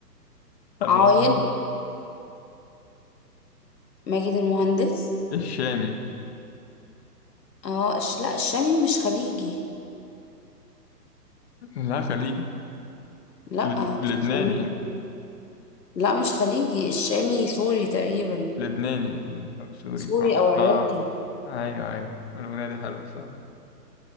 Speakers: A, on the left; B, on the left.
A: أبقى
B: عايض
A: أقول لك.
B: ماجد المهندس
A: الشامي
B: اه الش... لا الشامي مش خليجي
A: لا خليجي
B: لا
A: لب- لبناني
B: الشامي
A: يعني
B: لا مش خليجي الشامي سوري تقريبا
A: لبناني لبناني. او سوري
B: سوري
A: اه
B: او عراقي
A: آه. ايوه ايوه الاغنيه دي حلوه الصراحه